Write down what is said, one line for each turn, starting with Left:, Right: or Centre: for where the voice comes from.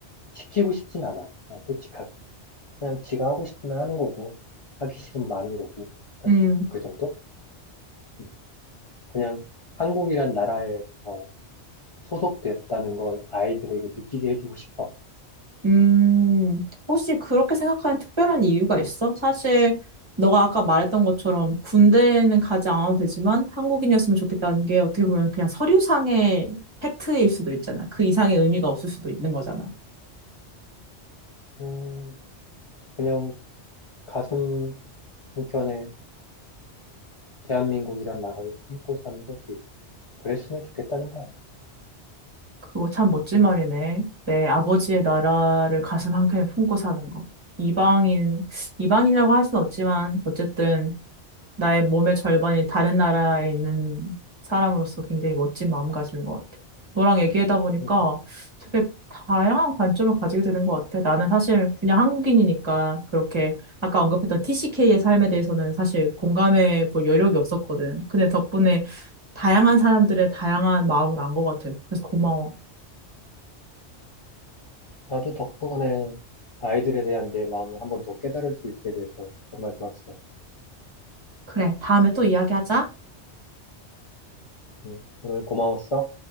Left: 키고 싶진 않아. 난 솔직하게. 그냥 지가 하고 싶으면 하는 거고, 하기 싫으면 마는 거고,
Right: 음.
Left: 그 정도? 음, 그냥 한국이란 나라의 어, 소속됐다는 걸 아이들에게 느끼게 해주고 싶어.
Right: 음, 혹시 그렇게 생각하는 특별한 이유가 있어? 사실, 너가 아까 말했던 것처럼 군대는 가지 않아도 되지만 한국인이었으면 좋겠다는 게 어떻게 보면 그냥 서류상의 팩트일 수도 있잖아. 그 이상의 의미가 없을 수도 있는 거잖아.
Left: 음, 그냥 가슴 한켠에 대한민국이란 나라를 품고 사는 거지. 그랬으면 좋겠다는 거야.
Right: 그거 참 멋진 말이네. 내 아버지의 나라를 가슴 한켠에 품고 사는 거. 이방인, 이방인이라고 할 수는 없지만, 어쨌든 나의 몸의 절반이 다른 나라에 있는 사람으로서 굉장히 멋진 마음가짐인 것 같아. 너랑 얘기하다 보니까
Left: 음,
Right: 되게 다양한 관점을 가지게 되는 것 같아. 나는 사실 그냥 한국인이니까 그렇게 아까 언급했던 TCK의 삶에 대해서는 사실 공감해 볼 여력이 없었거든. 근데 덕분에 다양한 사람들의 다양한 마음을 안 것 같아. 그래서 고마워.
Left: 나도 덕분에 아이들에 대한 내 마음을 한번 더 깨달을 수 있게 돼서 정말 좋았어.
Right: 그래, 다음에 또 이야기하자.
Left: 음, 오늘 고마웠어.